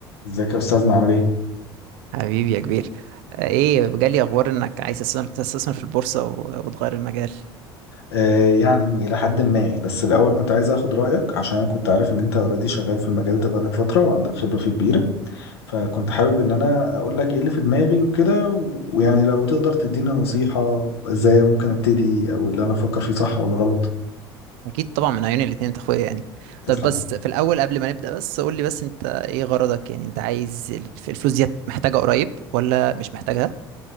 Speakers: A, on the left; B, on the right.
A: ازيك يا استاذنا عامل ايه
B: حبيبي يا كبير آه، ايه جالي اخبار انك عايز تستثمر تستثمر في البورصة و- وتغير المجال
A: آه يعني الى حد ما بس الاول كنت عايز اخد رايك عشان انا كنت عارف ان انت اوريدي شغال في المجال ده بقالك فتره وعندك خبره فيه كبيره فكنت حابب ان انا اقول لك ايه اللي في دماغي وكده و- ويعني لو تقدر تدينا نصيحه ازاي ممكن ابتدي او اللي انا افكر فيه صح ولا غلط
B: اكيد طبعا من عيون الاتنين انت اخويا يعني
A: تسلم
B: طب بس في الاول قبل ما نبدأ بس قول لي بس انت ايه غرضك يعني انت عايز الف- الفلوس دي محتاجة قريب ولا مش محتاجها